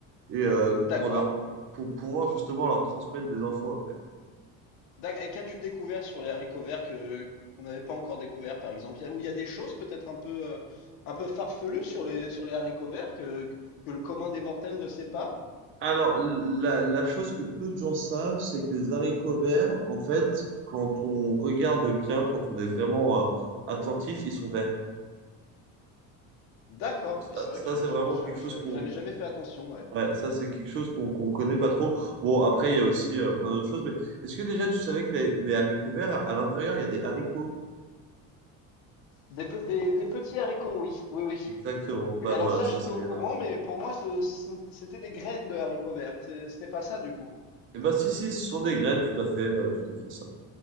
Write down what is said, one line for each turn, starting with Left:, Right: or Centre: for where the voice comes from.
Right: et euh,
Left: D'accord.
Right: pour leur, pour pouvoir, justement, leur transmettre des infos après.
Left: D'ac- Et qu'as-tu découvert sur les haricots verts que qu'on n'avait pas encore découvert, par exemple? Il y a- Ou il y a des choses peut-être un peu euh, un peu farfelues sur les sur les haricots verts que que le commun des mortels ne sait pas?
Right: Alors, la, la chose que peu de gens savent, c'est que les haricots verts, en fait, quand on regarde bien, quand on est vraiment euh, attentif, ils sont verts.
Left: D'accord.
Right: Ça,
Left: Et c'est vrai
Right: ça,
Left: que je,
Right: c'est
Left: je-
Right: vraiment
Left: j'avais
Right: quelque chose
Left: j'avais-
Right: qu'on,
Left: j'avais jamais fait attention. Ouais.
Right: ouais, ça, c'est quelque chose qu'on qu'on connaît pas trop. Bon, après, il y a aussi euh, plein d'autres choses, mais est-ce que déjà tu savais que les, les haricots verts, à, à l'intérieur, il y a des haricots?
Left: Des, pe- des, des petits haricots, oui, oui, oui.
Right: Exactement.
Left: Oui,
Right: Bah
Left: alors
Right: voilà,
Left: ça,
Right: ça
Left: j'étais
Right: c'est.
Left: au
Right: euh,
Left: courant, mais pour moi, ce- ce- c'était des graines de haricots verts. C'est- Ce n'est pas ça, du coup.
Right: Eh ben si si, ce sont des graines, tout à fait, euh, tout à fait ça.